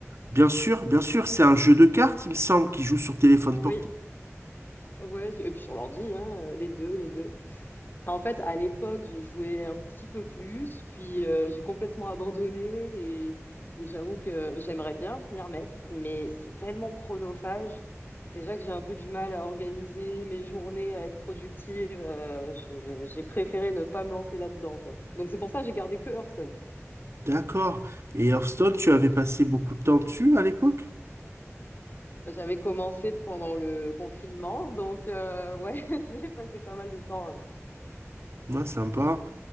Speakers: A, on the right (about 60°); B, on the left (about 40°).
A: Bien sûr, bien sûr, c'est un jeu de cartes, il me semble, qui joue sur téléphone
B: Oui,
A: portable.
B: ouais, je- et puis sur l'ordi, hein, euh, les deux, les deux. En fait, à l'époque, je jouais un petit peu plus, puis euh, j'ai complètement abandonné et, et j'avoue que j'aimerais bien m'y remettre, mais c'est tellement chronophage. Déjà que j'ai un peu du mal à organiser mes journées, à être productive, euh, je- j'ai préféré ne pas me lancer là-dedans, quoi. Donc c'est pour ça que j'ai gardé que Hearthstone.
A: D'accord. Et Hearthstone, tu avais passé beaucoup de temps dessus à l'époque?
B: Bah, J'avais commencé pendant le confinement, donc euh, ouais, <laughs> j'ai passé pas mal de temps. euh.
A: Ouais, sympa.